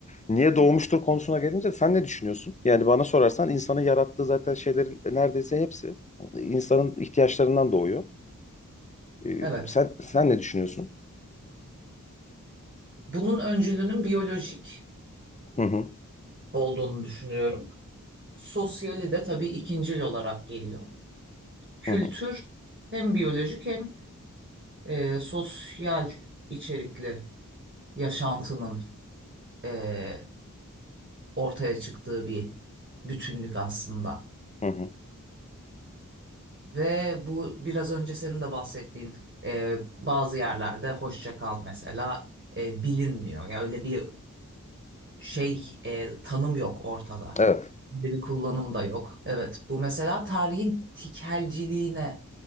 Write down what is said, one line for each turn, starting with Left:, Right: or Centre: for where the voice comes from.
Left: Niye doğmuştur konusuna gelince sen ne düşünüyorsun? Yani bana sorarsan insanın yarattığı zaten şeylerin neredeyse hepsi insanın ihtiyaçlarından doğuyor. E,
Right: Evet.
Left: sen sen ne düşünüyorsun?
Right: Bunun öncülünün biyolojik
Left: Hı hı
Right: olduğunu düşünüyorum. Sosyali de tabii ikincil olarak geliyor. Kültür
Left: hı hı.
Right: hem biyolojik hem e, sosyal içerikli yaşantının e, ortaya çıktığı bir bütünlük aslında.
Left: hı hı.
Right: Ve bu biraz önce senin de bahsettiğin e, bazı yerlerde hoşça kal mesela e, bilinmiyor. Ya öyle bir şey e, tanım yok ortada.
Left: Evet.
Right: Bir kullanım da yok. Evet bu mesela tarihin tikelciliğine